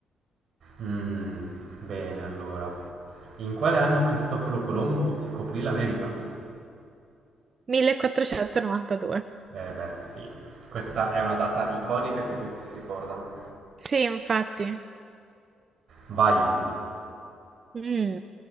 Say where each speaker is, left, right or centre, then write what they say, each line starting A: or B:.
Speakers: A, on the right; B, on the right.
A: Mm, bene, allora. In quale anno Cristoforo Colombo scoprì l'America?
B: 1492.
A: Eh beh, sì. Questa è una data iconica che tutti si ricordano.
B: Sì, infatti.
A: Vai.
B: Mm.